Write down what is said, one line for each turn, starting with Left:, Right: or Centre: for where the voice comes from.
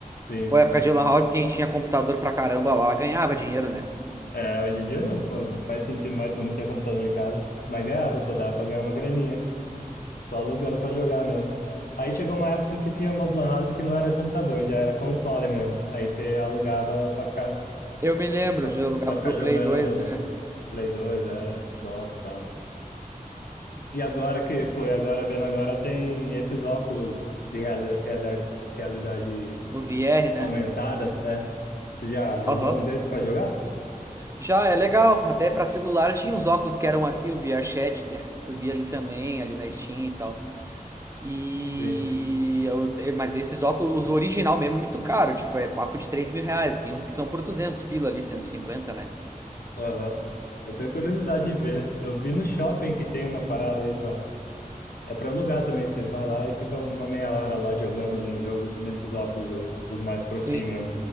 Left: sim,
Right: Pô,
Left: sim.
Right: época de Lan House, quem tinha computador pra caramba lá ganhava dinheiro, né?
Left: É, hoje em dia não, pô, não faz sentido mais, todo mundo ter computador em casa, mas ganhava, pô, dava pra ganhar uma graninha, só alugando pra jogar mesmo. Aí chegou uma época que tinha umas lan house que não era computador, já era console mesmo, aí você alugava pra ficar,
Right: Eu me lembro
Left: pra,
Right: de alugar
Left: pra ficar
Right: pro
Left: jogando
Right: Play 2, né?
Left: Play 2, é, Xbox e tal. E agora que, pô, e agora vendo agora tem esses óculos de reali- reali- realidade
Right: O VR, né?
Left: aumentada, é. Você já usou
Right: Aham.
Left: um desse pra jogar?
Right: Já é legal, até pra celular tinha uns óculos que eram assim, o VRChat, né? Tu via ali também, ali na Steam e tal. E
Left: Sim.
Right: eu- é, mas esses óculos, os original mesmo é muito caro, tipo, é papo de três mil reais. Tem uns que são por 200 pila ali, cento e cinquenta né?
Left: Aham. Eu tenho curiosidade de ver. Eu vi no shopping que tem uma parada aí pra. É pra alugar também, você vai lá e fica uma meia hora lá jogando algum jogo nesses óculos aí, os mais profi
Right: Sim,
Left: mesmo.